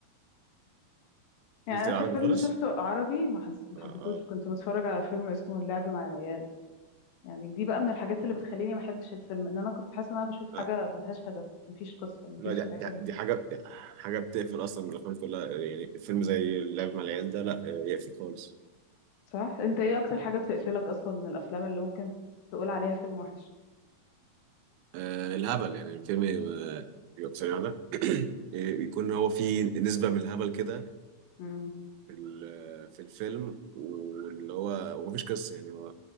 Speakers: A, on the left; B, on the right.
A: يعني
B: قلت
A: اخر
B: العربي
A: فيلم
B: خالص
A: شفته عربي ما حس... ما
B: اه
A: حبيتهوش
B: اه
A: كنت بتفرج على فيلم اسمه اللعب مع العيال يعني دي بقى من الحاجات اللي بتخليني ما احبش الفيلم ان انا كنت حاسه ان انا بشوف حاجه
B: آه.
A: ملهاش هدف مفيش قصه مفيش
B: لا دي
A: اي حاجه
B: دي دي حاجه دي حاجه بتقفل اصلا من الافلام كلها يعني فيلم زي اللعب مع العيال ده لا يقفل خالص
A: صح انت ايه اكتر حاجه بتقفلك اصلا من الافلام اللي ممكن تقول عليها فيلم وحش
B: آه الهبل يعني الفيلم يبقى يبقى ثانية واحدة <clears throat> يكون هو فيه نسبة من الهبل كده
A: امم
B: في ال- آه، في الفيلم واللي هو ومفيش قصة يعني هو